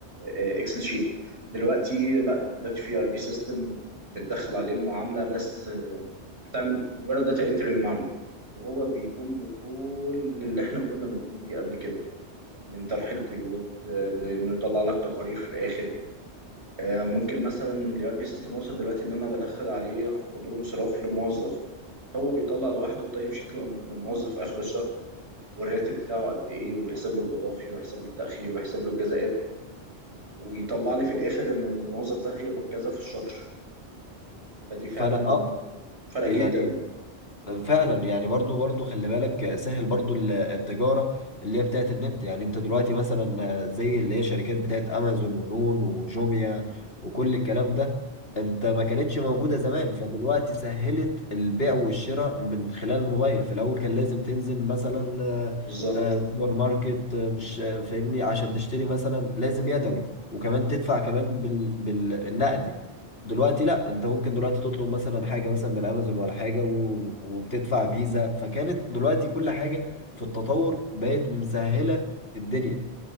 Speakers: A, on the right; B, on the left.
A: اكسل شيت دلوقتي لا دلوقتي في ار بي سيستم بتدخل عليه المعامله بس آه، بتعمل مجرد داتا انتري للمعامله وهو بيقوم بكل اللي احنا كنا بنقوم بيه قبل كده من طرح القيود آه، لانه يطلع لك تقارير في الاخر آه، ممكن مثلا الاي ار بي سيستم وصل دلوقتي ان انا بدخل عليه حضور وانصراف لموظف هو بيطلع لوحده التايم شيت لم- للموظف اخر الشهر والراتب بتاعه قد ايه ويحسب له الاضافي ويحسب له التاخير ويحسب له الجزاءات ويطلع لي في الاخر ان الموظف ده هيقبض كذا في الشهر فدي فعلا
B: فانا اه
A: فرق جدا
B: يعني فعلا يعني برضو برضو خلي بالك سهل برضو ال- التجارة اللي هي بتاعت النت يعني انت دلوقتي مثلا زي اللي هي شركات بتاعت امازون ونون وجوميا وكل الكلام ده انت ما كانتش موجودة زمان فدلوقتي سهلت البيع والشراء من خلال الموبايل في الاول كان لازم تنزل مثلا آه،
A: بالظبط
B: آه، سوبر ماركت آه، مش آه، فاهمني عشان تشتري مثلا لازم يدوي وكمان تدفع كمان بال... بالنقدي دلوقتي لا انت ممكن دلوقتي تطلب مثلا حاجه مثلا من امازون ولا حاجه و... وبتدفع فيزا فكانت دلوقتي كل حاجه في التطور بقت مسهله الدنيا